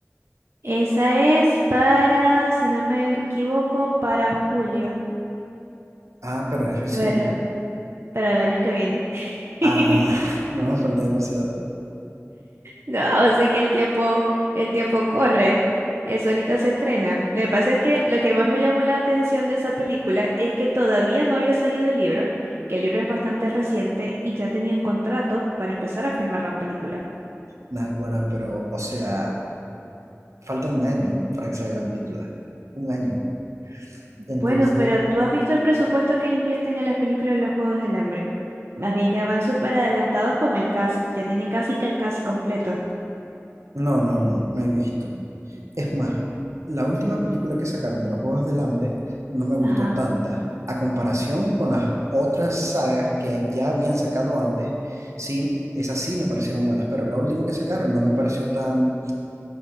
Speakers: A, on the right; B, on the right.
A: esa es para, si no me equivoco, para julio,
B: Ah, pero es recién.
A: pero, pero el año que viene. <laughs>
B: Ah, <laughs> no, falta demasiado.
A: No, así que el tiempo, el tiempo corre. Eso ahorita se estrena. Lo que pasa es que lo que más me llamó la atención de esa película es que todavía no había salido el libro, que el libro es bastante reciente y ya tenían contrato para empezar a filmar la película.
B: Naguará, pero, o sea, falta un año para que salga la película. Un año. Entonces,
A: Bueno, pero tú has visto el presupuesto que le invierten a las películas de los Juegos del Hambre. Más bien ya van súper adelantados con el cast, ya tienen casi que el cast completo.
B: no, no, no, no he visto. Es más, la última película que sacaron de los Juegos del Hambre no me gustó
A: Ajá.
B: tanta. A comparación con las otras sagas que ya habían sacado antes, sí, esas sí me parecieron buenas, pero la última que sacaron no me pareció tan,